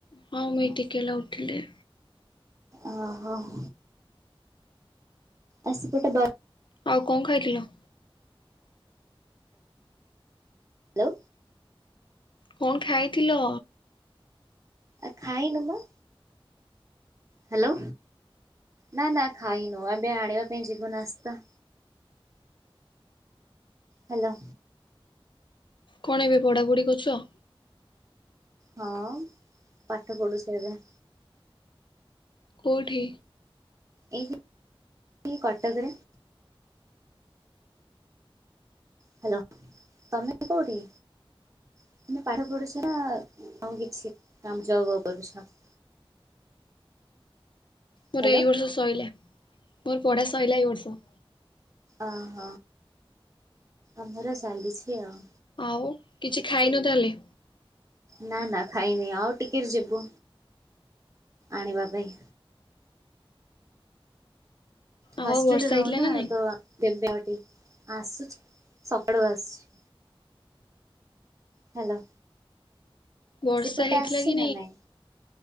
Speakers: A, on the left; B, on the right.
A: ହଁ ମୁଁ ଏ ଟିକେ ହେଲା ଉଠିଲି।
B: ଅହ ଆସିକି ଏଟା
A: ଆଉ କଣ ଖାଇଥିଲ?
B: ହ୍ୟାଲୋ।
A: କଣ ଖାଇଥିଲ?
B: ଆ ଖାଇନୁବା। ହ୍ୟାଲୋ। ନା ନା ଖାଇନୁ ଏବେ ଆଣିବାକୁ ପାଇଁ ଯିବୁ ନାସ୍ତା। ହ୍ୟାଲୋ।
A: କଣ ଏବେ ପଢ଼ାପଢ଼ି କରୁଛ?
B: ହଁ, ପାଠ ପଢ଼ୁଛି ଏବେ।
A: କୋଉଠି?
B: ଏଇ କଟକରେ। ହ୍ୟାଲୋ ତମେ କୋଉଠି? <unintelligible>
A: ମୋର
B: ହ୍ୟାଲୋ
A: ଏଇ ବର୍ଷ ସଇଲା, ମୋର ପଢା ସଇଲା ଏଇ ବର୍ଷ।
B: ଅହ ଆମର ଚାଲିଛି ଆଉ।
A: ଆଉ କିଛି ଖାଇନୁ ତାହାଲେ?
B: ନା, ନା ଖାଇନି ଆଉ ଟିକେ ଯିବୁ ଆଣିବା ପାଇଁ। ହଷ୍ଟେଲରେ
A: ଆଉ ବର୍ଷା
B: ରହୁନା
A: ହେଇଥିଲା ନା ନାଇଁ?
B: <unintelligible> ଆସୁଛି ସକାଳୁ ଆସୁଛି। ହ୍ୟାଲୋ
A: ବର୍ଷା
B: ସେପଟେ
A: ହେଇଥିଲା
B: ଆସିଛି
A: କି
B: ନା ନାଇଁ?